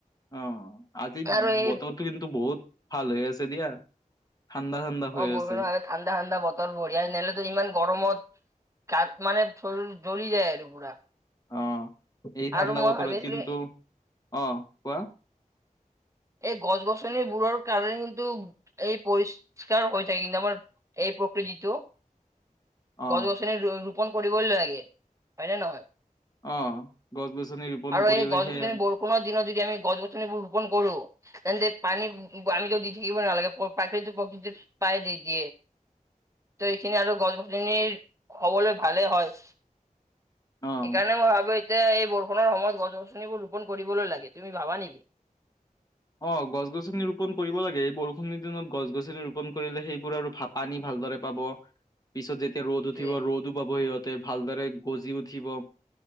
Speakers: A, on the left; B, on the right.
A: অ আজি
B: আৰু এই
A: বতৰটো কিন্তু বহুত ভাল হৈ আছে দিয়া ঠাণ্ডা ঠাণ্ডা হৈ
B: অ বৰষুণৰ
A: আছে
B: ঠাণ্ডা ঠাণ্ডা বতৰ বঢ়িয়া নহলেতো ইমান গৰমত তাক মানে শৰীৰ জ্বলি যায় আৰু পুৰা
A: অ এই ঠাণ্ডা
B: আৰু মই
A: বতৰত
B: ভাবিছিলো
A: কিন্তু অ কোৱা
B: এই গছ গছনিবোৰৰ কাৰণেটো এই পৰিস্থি পৰিষ্কাৰ হৈ থাক কিন্তু আমাৰ এই প্ৰকৃতিটো
A: অ
B: গছ গছনিৰ ৰু ৰোপন কৰিবই লাগে হয় নে নহয়।
A: অ গছ গছনি ৰোপন
B: আৰু
A: কৰিলেহে
B: এই গছ গছনি বৰষুণৰ দিনত যদি আমি গছ গছনিবোৰ ৰোপন কৰো তেন্ত পানী আমিতো দি থাকিব নালাগে প্ৰাকৃতিক প্ৰকৃতি পায় দি দিয়ে ত এইখিনি আৰু গছ গছনিৰ হবলৈ ভালেই হয়
A: অ
B: সেইকাৰণে মই ভাবো এতিয়া এই বৰষুণৰ সময়ত গছ গছনিবোৰ ৰোপন কৰিবলৈ লাগে তুমি ভাবা নেকি?
A: অ গছ গছনি ৰোপন কৰিব লাগে এই বৰষুণি দিনত গছ গছনি ৰোপন কৰিলে সেইবোৰ আৰু ভাত পানী ভালদৰে পাব পিছত যেতিয়া ৰ'দ
B: সেইটোয়ে
A: উঠিব ৰ'দো পাব সিহঁত। তে ভালদৰে গজি উঠিব।